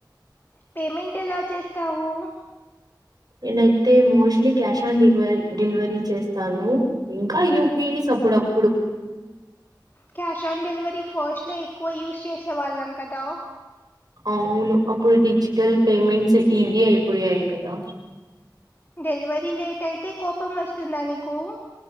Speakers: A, on the left; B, on the right.
A: పేమెంట్ ఎలా చేస్తావు
B: నేనయితే మోస్ట్లీ క్యాష్ ఆన్ డెలివ డెలివరీ చేస్తాను ఇంకా యూపీఐ అప్పుడప్పుడు
A: క్యాష్ ఆన్ డెలివరీ ఫస్ట్ లో ఎక్కువ యూస్ చేసే వాళ్ళం కదా
B: అవును అప్పుడు డిజిటల్ పేమెంట్స్ ఈజీ అయిపోయాయి కదా
A: డెలివరీ లేట్ అయితే కోపం వస్తుందా నీకు